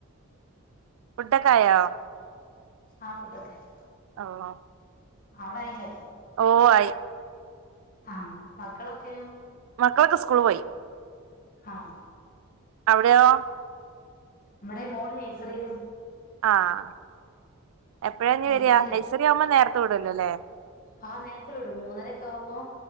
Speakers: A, on the right; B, on the left.
A: ഫുഡൊക്കായോ
B: ആഹ് ഫൂഡോക്കായി
A: <unintelligible>
B: ആടായില്ലേ
A: ഓ ആയി
B: ആഹ് മക്കളൊക്കെയ
A: മക്കളൊക്കെ സ്കൂള് പോയി
B: ആഹ്
A: അവിടെയോ
B: നമ്മടെ മോള് നെയ്സറില്
A: ആഹ് എപ്പഴാഞ്ഞി
B: നഴ്സറിയിലാ
A: വരിയാ നെഴ്സറി ആവുമ്പ നേരത്തെ വിടൂലോ ല്ലേ
B: ആഹ് നേരത്തെ വിടും മൂന്നരക്കെ ആകുമ്പോം